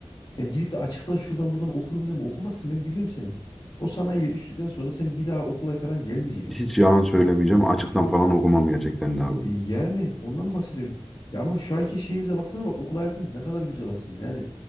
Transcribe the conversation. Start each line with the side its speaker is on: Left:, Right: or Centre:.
Left: Ya gidip de açıktan şuradan buradan okurum deme okumazsın ben biliyorum seni. O sanayiye düştükten sonra sen bir daha okula falan gelmeyeceksin.
Centre: Hiç yalan söylemeyeceğim, açıktan falan okumam gerçekten de abi.
Left: E, Yani ondan bahsediyorum. Ya ama şu anki şeyimize baksana bak okul hayatımız ne kadar güzel aslında. Yani